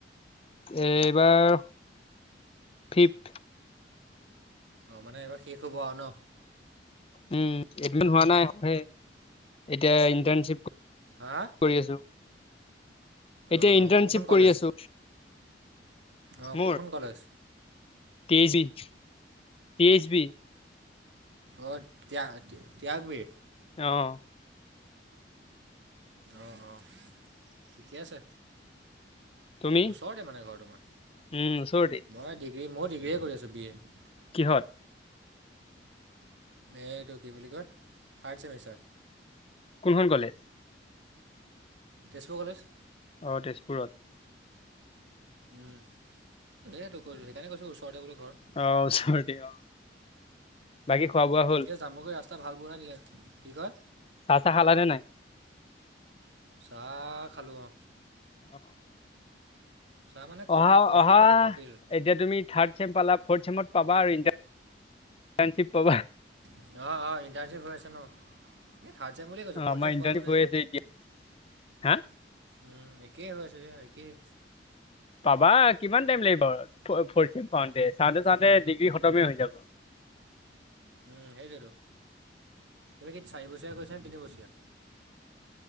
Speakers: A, on the left; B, on the right.
A: এ এইবাৰ ফিফ।
B: অঁ মানে এইবাৰ শেষ হ'ব আৰু ন।
A: উম এডমি হোৱা নাই এতিয়া ইণ্টাৰ্বিপ।
B: হা।
A: কৰি আছো। এতিয়া
B: অঁ
A: ইন্টাৰ্ণশ্বিপ
B: অঁ কোন খন কলেজ
A: কৰি আছো
B: অঁ
A: মোৰ
B: কোন খন কলেজ?
A: টি যি পি ইহ বি।
B: অ ত ত্যাগ বি।
A: অ।
B: অঁ অঁ ঠিকে আছে।
A: তুমি
B: ওচৰতে মানে ঘৰ তোমাৰ
A: উম ওচৰতে
B: মই ডিগ্ৰী মই ডিগ্ৰি কৰি আছো বি এ।
A: কিহত।
B: এই এইটো কি বুলি কয় থাৰ্ড চেমিষ্টাৰ।
A: কোনখন কলেজ।
B: তেজপুৰ কলেজ।
A: অ তেজপুৰত।
B: উম দেই দে তই কৈছো সেইকাৰণে কৈছো ওচৰতে বোলেো ঘৰ।
A: অ ওচৰতে অ বাকী খোৱা বোৱা হল।
B: জামোগৈ ৰাস্তা ভাল ব নিলে কি কয়।
A: চা চা খালে নে নাই।
B: চাহ খালো অ।
A: অ।
B: চাহ মানে কফি
A: অহা
B: কফি
A: অহা
B: খালোঁ কফি
A: এতিয়া তুমি থাৰ্ড চেম পালা ফৰ্থ চেমত। পাবা আৰু ইাৰ ইণ্টাৰ্ণশ্বিপ পাবা।
B: অঁ অঁ ইণ্টাৰশিপ হৈ আছে ন এই থাৰ্ড চেমিষ্টাৰ কৈছোঁ
A: অ
B: ফ'ৰ্থ
A: আমাৰ
B: চেম
A: ইণ্টাৰ্ণশ্বিপ
B: প ক নাই
A: হৈ
B: এ য়ে।
A: আছে এতিয়া। হা
B: উম একেই হৈ চাগে একেই।
A: পাবা কিমান টাইম লাগিব ফ পাওঁতে চাওঁতে চাওঁতে
B: উম
A: ডিগ্ৰী খতমে হৈ যাব।
B: উম সেইটোো তুমি কি চাৰি বছৰীয়া কৈছাে তিনিবছৰীয়া।